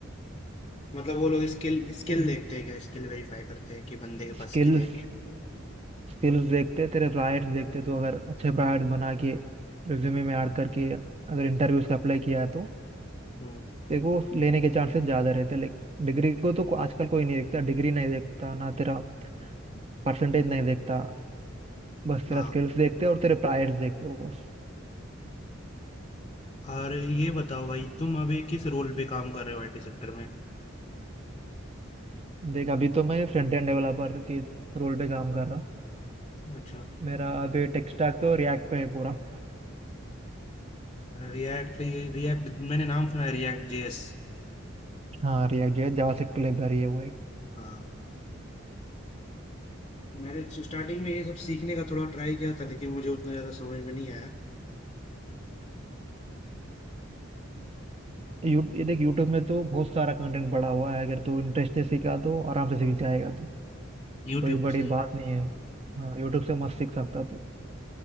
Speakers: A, on the left (about 25°); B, on the right (about 30°).
A: मतलब वो लोग स्किल स्किल देखते हैं क्या स्किल वेरीफाई करते हैं कि बंदे के
B: स्किल्स
A: पास स्किल है क्या
B: स्किल्स देखते तेरे प्रायर्स देखते तो अगर अच्छे प्रायर्स बना के रिज्यूमे में ऐड करके अगर इंटरव्यूज का अप्लाई किया है तो
A: हम्म
B: देखो लेने के चांसेस ज़्यादा रहते हैं। लेकिन डिग्री को तो को, आजकल कोई नहीं देखता डिग्री नहीं देखता ना तेरा परसेंटेज नहीं देखता बस
A: हाँ
B: तेरा स्किल्स देखते हैं और तेरे प्रायर्स देखते हो बस
A: और ये बताओ भाई तुम अभी किस रोल पे काम कर रहे हो आईटी सेक्टर में
B: देख अभी तो मैं फ्रंट एंड डेवलपर के रोल पे काम कर रहा
A: अच्छा
B: मेरा अभी टेक स्टैक तो रिएक्ट पे है पूरा
A: रिएक्ट पे, ये रिएक्ट मैंने नाम सुना है रिएक्ट जेएस
B: हाँ रिएक्ट जो है जावास्क्रिप्ट लाइब्रेरी है वो
A: हाँ मैंने स्टार्टिंग में ये सब सीखने का थोड़ा ट्राई किया था लेकिन मुझे उतना ज्यादा समझ में नहीं आया
B: यू, ये देख यूट्यूब में तो बहुत सारा कंटेंट पड़ा हुआ है अगर तू इंटरेस्ट से सीखा तो आराम से सीख जाएगा तू
A: यूट्यूब
B: कोई बड़ी
A: से
B: बात नहीं है हाँ यूट्यूब से मस्त सीख सकता तू